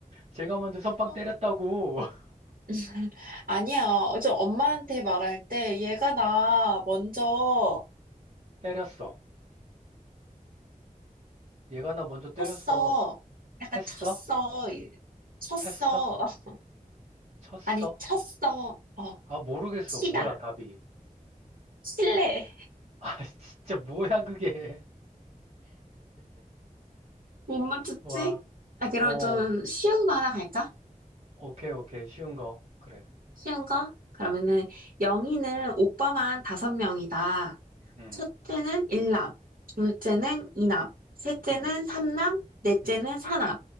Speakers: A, on the right; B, on the right.
A: 제가 먼저 선빵
B: 어,
A: 때렸다고 <laughs>
B: <laughs> 아니야. 어 저 엄마한테 말할 때 얘가 나 먼저
A: 때렸어. 얘가 나 먼저 때렸어.
B: 쳤어. 약간
A: 패어?
B: 쳤어. 이- 쳤어.
A: 패어?
B: <laughs>
A: 쳤어?
B: 아니, 쳤어. 어,
A: 아 모르겠어.
B: 치다.
A: 뭐야 답이?
B: 칠래.
A: 아 <laughs> 진짜 뭐야 그게?
B: 못 맞췄지?
A: <laughs> 와,
B: 아, 그럼
A: 어,
B: 좀 쉬운 거 하나 갈까?
A: 오케이 오케이 쉬운 거 그래.
B: 쉬운 거? 그러면은
A: 음,
B: 영희는 오빠만 다섯 명이다.
A: 음,
B: 첫째는 일남, 둘째는 이남, 셋째는
A: 음,
B: 삼남, 넷째는
A: 음.
B: 사남.